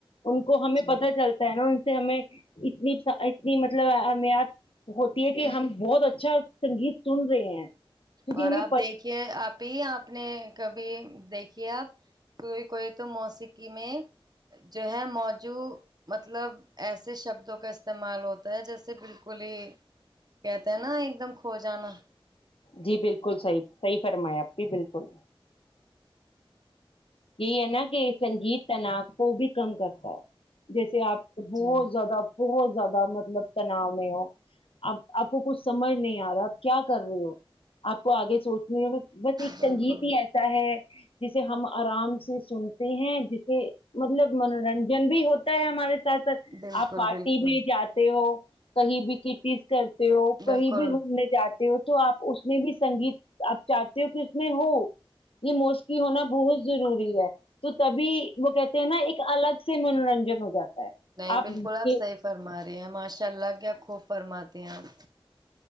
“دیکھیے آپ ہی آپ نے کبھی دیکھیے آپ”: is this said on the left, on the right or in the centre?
Right